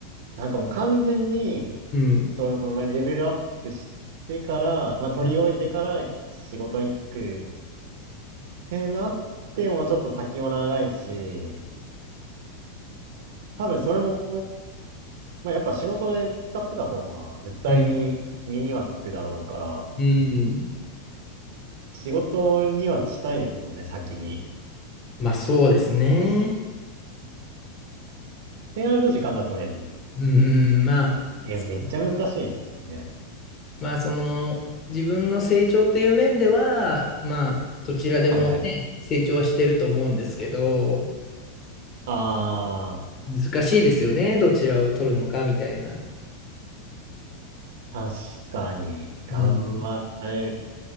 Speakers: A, on the right; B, on the left.
A: なんかもう完全に、
B: うん、
A: そう、まあレベルアップしてから、まあ取り終えてから仕事に就く
B: うん、
A: ってなってもちょっと先も長いし、多分それも、まあやっぱ仕事で使ってた方が絶対に身にはつくだろうから、
B: うん、うん。
A: 仕事にはしたいですもんね、先に。っ
B: まあそうですね。
A: てなると時間が取れず。
B: うん、まあ、
A: え、
B: そ
A: めっちゃ難しいですね。
B: まあその自分の成長という面では、まあどちらでもね、
A: はいはい。
B: 成長はしてると思うんですけど、
A: あー。
B: 難しいですよね、どちらを取るのかみたいな。
A: 確かに、頑張れる、
B: うん、